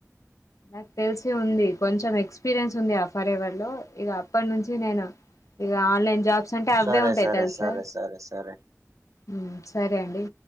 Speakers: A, on the left; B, on the right.
A: నాకు తెలిసి ఉంది కొంచెం ఎక్స్పీరియన్స్ ఉంది ఆ ఫర్ ఎవర్ లో ఇగ అప్పటి నుంచి నేను ఇగ ఆన్లైన్ జాబ్స్ అంటే అవ్వే
B: సరే
A: ఉంటాయి
B: సరే
A: తెలుసా
B: సరే సరే సరే
A: ఉమ్ సరే అండి